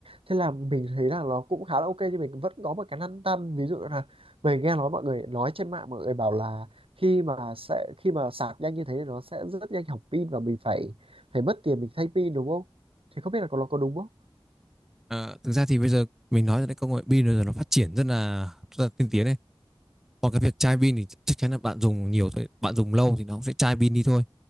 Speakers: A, on the right; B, in the centre.
A: thế là mình thấy là nó cũng khá là ok nhưng mình vẫn có một cái lăn tăn ví dụ là mình nghe nói mọi người nói trên mạng mọi người bảo là khi mà sẽ khi mà sạc nhanh như thế thì nó sẽ rất nhanh hỏng pin và mình phải phải mất tiền mình thay pin đúng không thì không biết là có- nó có đúng không
B: à, thực ra thì bây giờ mình nói là cái công nghệ pin bây giờ nó phát triển rất là rất là tiên tiến này còn cái việc chai pin thì chắc chắn là bạn dùng nhiều thôi bạn dùng lâu thì nó cũng sẽ chai pin đi thôi